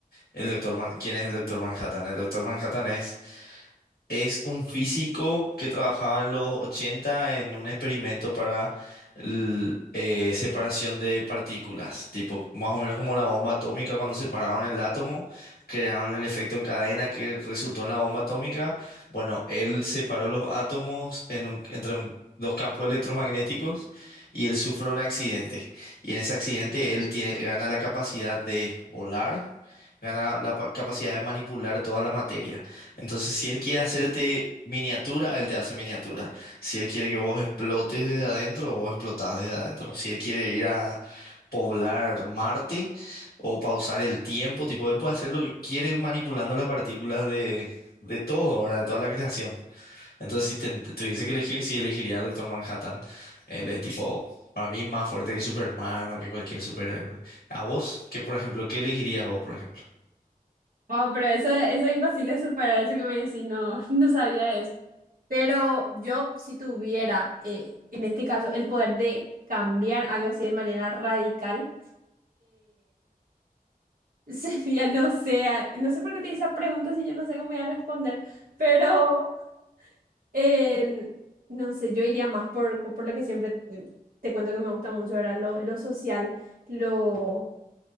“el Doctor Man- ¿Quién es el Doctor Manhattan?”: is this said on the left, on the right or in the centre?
Left